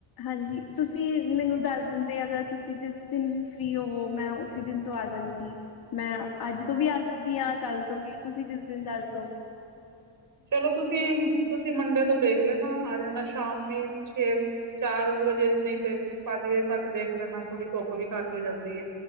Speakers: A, on the left (about 55°); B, on the right (about 45°).
A: ਹਾਂਜੀ। ਤੁਸੀਂ ਮੈਨੂੰ ਦੱਸ ਦਿੰਦੇ, ਅਗਰ ਤੁਸੀਂ ਜਿਸ ਦਿਨ ਵੀ ਫਿਰ ਹੋਵੋ ਮੈਂ ਉਸ ਦਿਨ ਤੋਂ ਆ ਜਾਂਵਾਂਗੀ। ਮੈਂ ਅੱਜ ਤੋਂ ਵੀ ਆ ਸਕਦੀ ਹਾਂ। ਕੱਲ ਤੋਂ ਵੀ, ਤੁਸੀਂ ਜਿਸ ਦਿਨ ਦੱਸ ਦਿਓ।
B: ਚਲੋ ਤੁਸੀਂ- ਤੁਸੀਂ ਮੰਡੇ ਤੋਂ ਦੇਖ ਲੈਣਾ। ਆ ਜਾਣਾ ਸ਼ਾਮੀ ਛੇ ਚਾਰ ਵਜੇ ਨਹੀਂ ਤੇ, ਪੰਜ ਵਜੇ ਤੱਕ ਦੇਖ ਲੈਣਾ। ਥੋੜੀ ਧੁੱਪ ਵੀ ਘੱਟ ਹੋ ਜਾਂਦੀ ਹੈ।